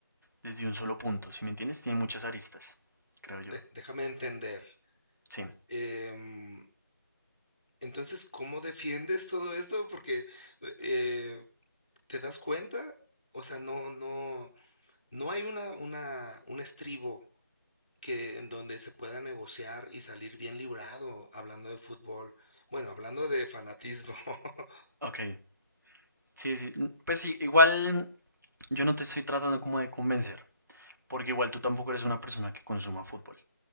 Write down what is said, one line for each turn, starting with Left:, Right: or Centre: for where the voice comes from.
Right: desde un solo punto, si me entiendes? Tiene muchas aristas, creo yo.
Left: De- déjame entender.
Right: Sí,
Left: Em, entonces, ¿cómo defiendes todo esto? Porque eh, ¿te das cuenta? O sea, no, no, no hay una, una, un estribo que en donde se pueda negociar y salir bien librado hablando de fútbol. Bueno, hablando de fanatismo. <laughs>
Right: ok. Sí, sí. n- Pues sí, igual yo no te estoy tratando como de convencer, porque igual tú tampoco eres una persona que consuma fútbol.